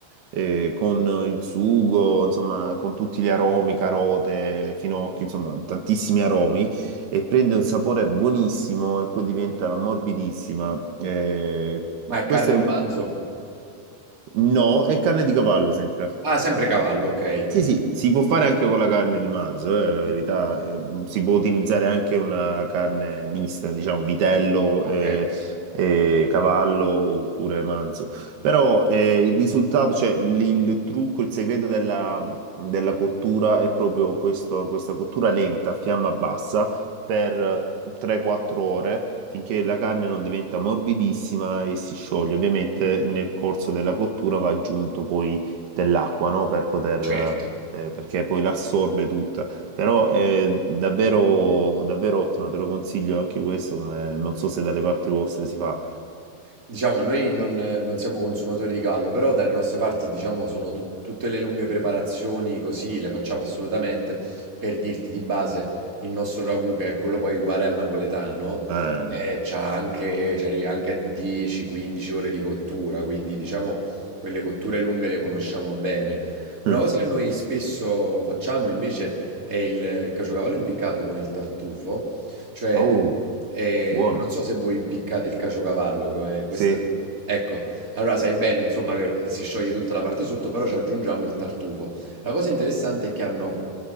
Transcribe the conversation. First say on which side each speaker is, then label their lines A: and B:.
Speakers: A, on the right; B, on the right.
A: eh, con il sugo, insomma, con tutti gli aromi, carote, finocchi, insomma, tantissimi aromi e prende un sapore buonissimo e poi diventa morbidissima. Eh,
B: Ma è
A: questo
B: carne
A: è
B: di
A: un...
B: manzo?
A: No, è carne di cavallo sempre.
B: Ah, sempre cavallo, ok.
A: Sì, sì, si può fare anche con la carne di manzo, eh, la verità,
B: Mm,
A: eh, si può utilizzare anche una carne mista, diciamo vitello,
B: Ok,
A: eh, eh, cavallo oppure manzo, però eh, il risultato, cioè il, il trucco, il segreto della, della cottura è proprio questo- questa cottura lenta a fiamma bassa per 3-4 ore finché la carne non diventa morbidissima e si scioglie. Ovviamente nel corso della cottura va aggiunto poi dell'acqua, no? Per poter
B: certo.
A: eh, perché poi l'assorbe tutta. Però è davvero, davvero ottimo, te lo consiglio anche questo, come- non so se dalle parti vostre si fa.
B: Diciamo, noi non, non siamo consumatori di gallo, però dalle nostre parti, diciamo, sono tut- tutte le lunghe preparazioni così, le facciamo assolutamente. Per dirti di base, il nostro ragù, che è quello poi uguale al napoletano,
A: Eh.
B: eh, c'ha anche, ci arrivi anche a 10-15 ore di cottura, quindi diciamo, quelle cotture lunghe le conosciamo bene. Una
A: mm.
B: cosa che noi spesso facciamo invece è il caciocavallo impiccato con il tartufo, cioè,
A: Oh,
B: ehm,
A: buono.
B: non so se voi impiccate il caciocavallo come questa
A: Sì.
B: ecco, allora sai bene insomma che si scioglie tutta la parte sotto, però ci aggiungiamo il tartufo. La cosa interessante è che hanno,